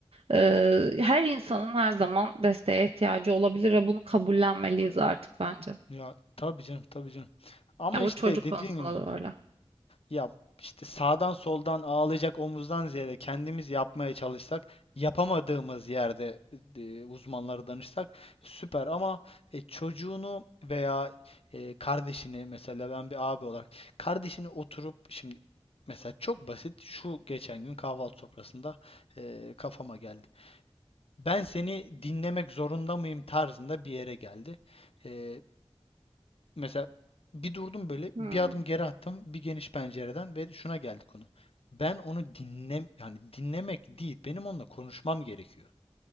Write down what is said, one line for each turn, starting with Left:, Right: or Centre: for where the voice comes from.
Right: Ee, her insanın her zaman desteğe ihtiyacı olabilir ve bunu kabullenmeliyiz artık bence.
Left: Ya tabii canım, tabii canım. Ama
Right: Ya bu
Left: işte
Right: çocuk
Left: dediğin
Right: konusunda
Left: gibi.
Right: da öyle.
Left: Ya işte sağdan soldan ağlayacak omuzdan ziyade kendimiz yapmaya çalışsak, yapamadığımız yerde e, uzmanlara danışsak süper ama e, çocuğunu veya e, kardeşini mesela ben bir abi olarak kardeşini oturup şimdi mesela çok basit şu geçen gün kahvaltı sofrasında e, kafama geldi. Ben seni dinlemek zorunda mıyım tarzında bir yere geldi. E, Mesela bir durdum böyle
Right: Hmm.
Left: bir adım geri attım bir geniş pencereden ve şuna geldi konu. Ben onu dinlem yani dinlemek değil benim onunla konuşmam gerekiyor.